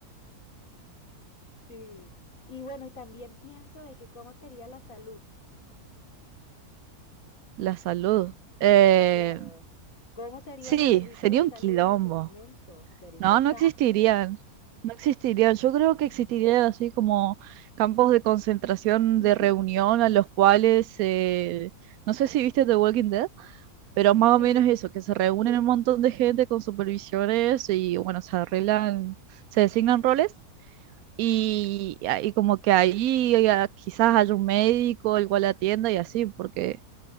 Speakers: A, on the left; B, on the right.
A: Sí. Y bueno, y también pienso de que cómo sería la salud.
B: La salud. Eh,
A: Claro. ¿Cómo serían
B: sí,
A: los servicios
B: sería
A: de
B: un
A: salud
B: quilombo.
A: en ese momento? Sería
B: No,
A: un desastre.
B: no existirían. No existirían.
A: No.
B: Yo creo que existirían así como campos de concentración,
A: <laughs>
B: de reunión a los cuales, eh, no sé si viste The Walking Dead, pero más
A: Sí.
B: o menos eso, que se reúnen un montón de gente con supervisiones y bueno, se arreglan, se designan roles y,
A: Mm.
B: y como que ahí eh, quizás haya un médico, el cual atienda y así, porque